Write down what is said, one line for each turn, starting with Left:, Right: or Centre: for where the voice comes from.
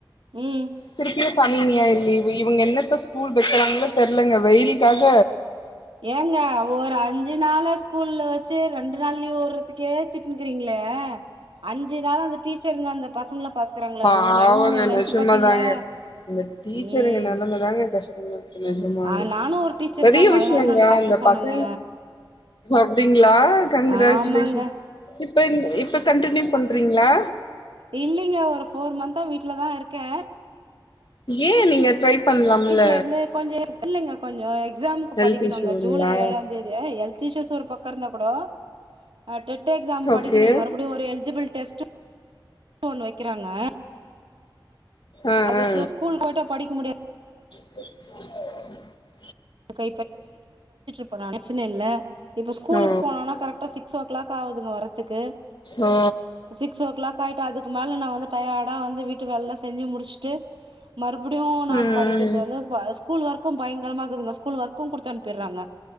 Right: ம்
Left: திருப்பியு சனி ஞாயிரு லீவு இவங்க என்னத்த ஸ்கூல் வைக்கிறாங்களோ தெர்லங்க வெயில்க்காக
Right: ஏங்க ஒரு அஞ்சு நாளா ஸ்கூல்ல வச்சு ரெண்டு நாள் லீவுர்றதுக்கு கேத்துட்டுனுக்கிறீங்களே அஞ்சு நாள அந்த டீச்சருங்க அந்த பசங்கள பாத்துக்கறாங்களே
Left: பாவங்க
Right: அவங்க நெலமைய நெனச்சு
Left: நிஜமாதாங்க
Right: பாத்தீங்களா
Left: இந்த டீச்சருங்க
Right: ம்
Left: நிலமதாங்க கஷ்டமா இருக்கு நிஜமாவே
Right: ஆ நானு ஒரு டீச்சர்
Left: பெரிய
Right: தாங்க
Left: விஷய
Right: அதனாலதா கஷ்ட
Left: அந்த
Right: சொன்னேங்க
Left: பசங்க அப்டிங்களா கங்கிராச்சுலேஷன்
Right: ஆமாங்க
Left: இப்ப இப்ப கண்டிநியூ பண்ற ப்ரீங்ளா
Right: இல்லிங்க ஒரு ஃபோர் மந்த்தா வீட்டு்லதா இருக்கே
Left: ஏ நீங்க ட்ரை பண்லாம்ல
Right: வீட்ல இருந்து கொஞ்ச இல்லீங்க கொஞ்சம் எக்ஸாமுக்கு
Left: ஹெல்த்
Right: படிக்கணுங்க
Left: இஷ்யூங்களா
Right: ஜூலை ஏழா தேதிய ஹெல்த் இஷ்யூஸ் ஒரு பக்கம் இருந்தா கூட அ டெட் எக்ஸாம்
Left: ஓகே
Right: படிக்கணும் மறுபடியும் ஒரு எலிஜிபில் டெஸ்ட்ரு ன்னு ஒண்ணு வைக்கிறாங் ங்கே
Left: ஆ
Right: அதுக்கு
Left: ஆ
Right: ஸ்கூல் போய்ட்ட படிக்க முடியா
Left: <inaudible>
Right: க்கு இப்ப நனைச்சினே இல்ல இப்ப ஸ்கூலுக்கு
Left: ஓ
Right: போனோனா கரட்டா சிக்ஸ் ஓ க்ளாக் ஆவுதுங்க வரத்துக்கு
Left: ஓ
Right: சிக்ஸ் ஓ க்ளாக் ஆயிட்டு அதுக் துக்கு மேல நா வந்து டயாடா வந்து வீட்டு வேல்லா செஞ்சு முடிஷ்ட்டு மறுபடியும் நாம்
Left: ம்
Right: படிக்கறது
Left: ம்
Right: வந்து வ ஸ் ஸ்கூல் வர்க்கும் பயங்கரமாக்குதுங்க ஸ் ஸ்கூல் வர்க்கும் குடுத்து அனுப்பிறாங்க